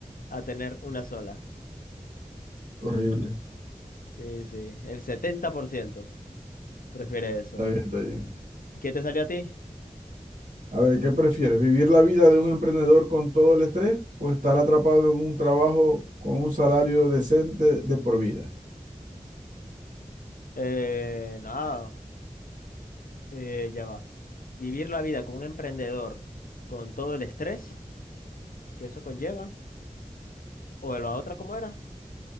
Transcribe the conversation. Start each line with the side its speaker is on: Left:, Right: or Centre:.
Left: a tener una sola.
Right: Horrible.
Left: Sí, sí, el 70% prefiere eso.
Right: Está bien, está bien.
Left: ¿Y ¿Qué te salió a ti?
Right: A ver, ¿qué prefieres? ¿Vivir la vida de un emprendedor con todo el estrés o estar atrapado en un trabajo con un salario decente de por vida?
Left: Eh, nada, eh, ya va. Vivir la vida como un emprendedor con todo el estrés que eso conlleva. ¿O la otra cómo era?